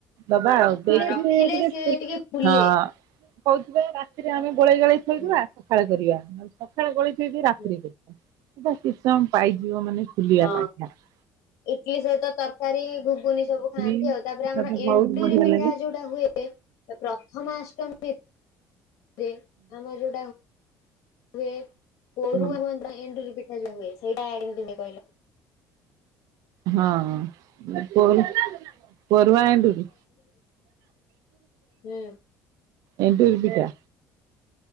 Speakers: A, on the right; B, on the left.
A: ଦବା ଆଉ
B: ହଁ
A: ଦେଇକିରୀ
B: ରଖିଲେ ସେ ଟିକେ ଫୁଲେ।
A: ହଁ କହୁଚି ପା ରାତିରେ ଆମେ ଗୋଳେଇ ଗାଳେଇ ଥୋଇଦବା
B: ହୁଁ
A: ସଖାଳେ କରିବା। ସଖାଳେ ଗୋଳେଇ ଥିବି ରାତିରେ
B: ହୁଁ
A: କରୀମି ସେ ତାର କିଛି ସମୟ ପାଇଯିବ ମାନେ ଫୁଲିବା
B: ହଁ
A: ପାଇଁକା।
B: ଇଟିଲି ସହିତ ତର କାରି ଘୁଗୁନି ସବୁ ଖାଆନ୍ତି
A: ସେଟା
B: ଆଉ ତାପରେ ଆମର
A: ତ
B: ଏଣ୍ଡୁରି
A: ବହୁତ ବଢିଆ
B: ପିଠା
A: ଲାଗେ
B: ଯୋଉଟା ହୁଏ। ପ୍ରଥମାଅଷ୍ଟମୀରେ ଆମର ଯୋଉ ହୁଏ କୋରୁଅ
A: ହୁଁ।
B: ହୁଅନ୍ତା ଏଣ୍ଡୁରି ପିଠା ଯୋଉ ହୁଏ ସେଇଟା କେମିତି ହୁଏ କହିଲ?
A: ହଁ ହଁ କୋରୁ ପରୁହା ଏଣ୍ଡୁରି
B: ହୁଁ
A: ଏଣ୍ଡୁରି ପିଠା।